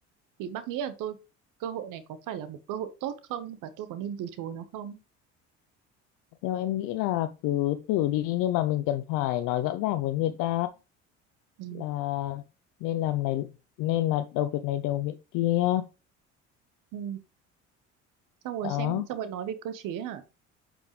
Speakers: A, on the right; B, on the left.
A: thì bác nghĩ là tôi cơ hội này có phải là một cơ hội tốt không và tôi có nên từ chối nó không
B: theo em nghĩ là cứ thử đi nhưng mà mình cần phải nói rõ ràng với người ta
A: ừ.
B: là nên làm này nên là đầu việc này đầu việc kia
A: Ừ. xong rồi
B: đó
A: xem xong rồi nói về cơ chế hả